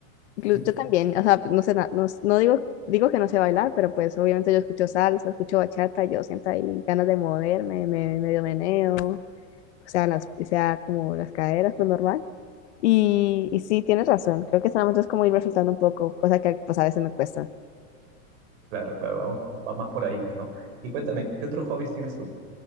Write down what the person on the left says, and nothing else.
Inclu-
Yo también, o sea, no sé, na- no, no digo, digo que no sé bailar, pero pues obviamente yo escucho salsa, escucho bachata, yo siento ahí ganas de moverme, me medio meneo, o sea, las, o sea, como las caderas, pues normal. Y, y sí, tienes razón, creo que solamente es como irme soltando un poco, cosa que pues a veces me cuesta.